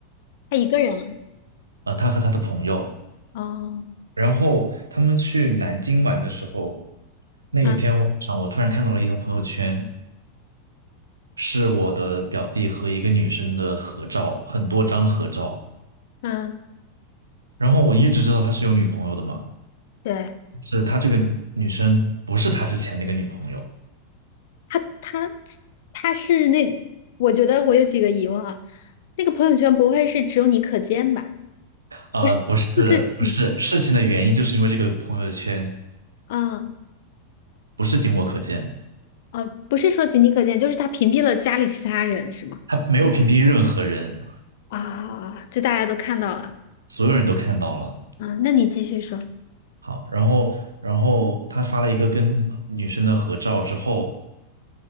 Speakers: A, on the left; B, on the right.
A: 他一个人
B: 呃，他和他的朋友。
A: 啊哦，
B: 然后他们去南京玩的时候，那一天晚上，
A: 嗯
B: 我突然看到了一条朋友圈，是我的表弟和一个女生的合照，很多张合照。
A: 嗯，
B: 然后我一直知道他是有女朋友的嘛，
A: 对，
B: 是他这个女生不是他之前那个女朋友，
A: 他他他是那，我觉得我有几个疑问啊。那个朋友圈不会是只有你可见吧？
B: 呃，
A: 不是，
B: 不是
A: 就是你，
B: 不是，事情的原因就是因为这个朋友圈
A: 嗯
B: 不是仅我可见，
A: 哦，不是说仅你可见，就是他屏蔽了家里其他人是吗？
B: 他没有屏蔽任何人，
A: 啊，就大家都看到了。
B: 所有人都看到了。
A: 嗯，那你继续说。
B: 好，然后然后他发了一个跟女生的合照之后，